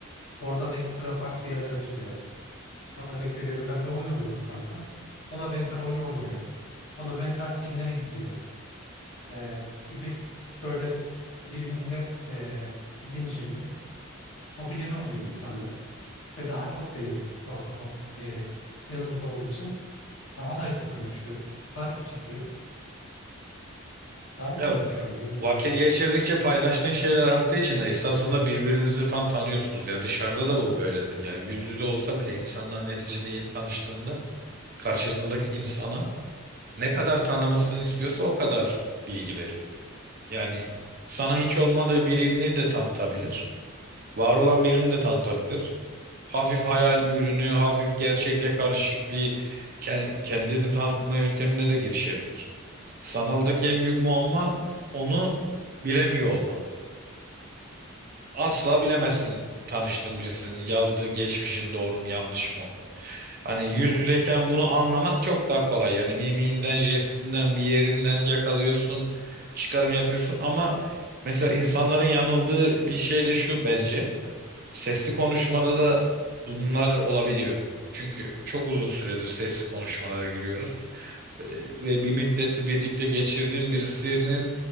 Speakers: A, on the left (about 60°); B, on the right (about 40°).
A: Oradan da ekstra farklı yerler açılıyor. Örnek veriyorum ben bir oyun oynuyorum kanka. Ona benzer oyun oynuyor. Ona benzer filmler izliyor. Ee, gibi böyle birbirine e, zincirli hobileri oluyor insanların. Ve daha çok benim ortak o- e, yanımız olduğu için Daha da yakınlaşıyorum. Daha çok çekiyor. Daha iyi
B: Ya
A: anlaşıyorum benim gözümde.
B: vakit geçirdikçe paylaştığın şeyler arttığı için esasında birbirinizi tam tanıyorsunuz. Ya dışarıda da bu böyledir. Yani yüz yüze olsa bile insanlar neticede yeni tanıştığında karşısındaki insana ne kadar tanımasını istiyorsa o kadar bilgi veriyor. Yani sana hiç olmadığı birini de tanıtabilir. Var olan birini de tanıtabilir. hafif hayal ürünü, hafif gerçekle karışık bir ke- kendini tanıtma yöntemine de girişebilir. Sanaldaki en büyük muamma onu bilemiyor olman. Asla bilemezsin tanıştığın birisinin yazdığı geçmişin doğru mu yanlış mı olduğunu. Hani
A: Ya,
B: yüz
A: tabii
B: yüzeyken
A: ki de öyle.
B: bunu anlamak çok daha kolay. Yani mimiğinden, jestinden, bir yerinden yakalıyorsun, çıkarım yapıyorsun ama mesela insanların yanıldığı bir şey de şu bence. Sesli konuşmada da bunlar olabiliyor. Çünkü çok uzun süredir sesli konuşmalara giriyoruz. Ee, Ve bir müddet birlikte geçirdiğin birisinin